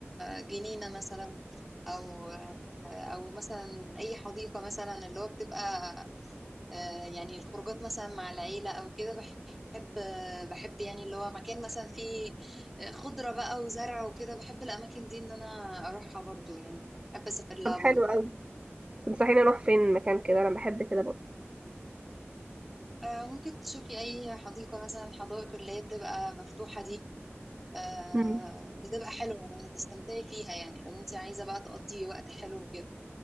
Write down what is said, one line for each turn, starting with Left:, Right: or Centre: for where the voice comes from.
Centre: آه، جنينه مثلا او او مثلا اي حديقه مثلا اللي هو بتبقى آه، يعني الخروجات مثلا مع العيله او كده بحب آه، بحب يعني اللي هو مكان مثلا فيه آه، خضره بقى وزرع وكده بحب الاماكن دي ان انا اروحها برضو يعني بحب اسافر لها
Right: طب حلو
Centre: برضو
Right: أوي تنصحيني اروح فين مكان كده انا بحب كده برضه
Centre: آه، ممكن تشوفي اي حديقه مثلا الحدائق اللي هي بتبقى مفتوحه دي آه،
Right: مم.
Centre: بتبقى حلوه يعني تستمتعي فيها يعني لو انت عايزه بقى تقضي وقت حلو وكده